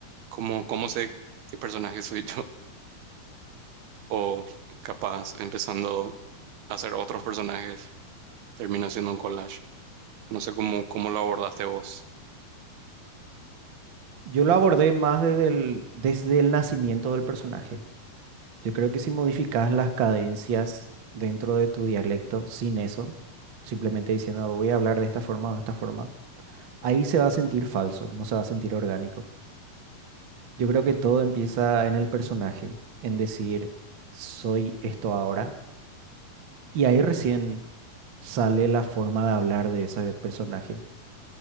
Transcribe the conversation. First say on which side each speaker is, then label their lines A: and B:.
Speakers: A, on the right; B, on the right.
A: ¿cómo, cómo sé qué personaje soy yo? <laughs> O capaz, empezando a hacer otros personajes, termina siendo un collage. No sé cómo, cómo lo abordaste vos.
B: Yo lo abordé más desde el, desde el nacimiento del personaje. Yo creo que si modificas las cadencias dentro de tu dialecto sin eso, simplemente diciendo voy a hablar de esta forma o de esta forma, ahí se va a sentir falso, no se va a sentir orgánico. Yo creo que todo empieza en el personaje, en decir soy esto ahora, y ahí recién sale la forma de hablar de ese personaje.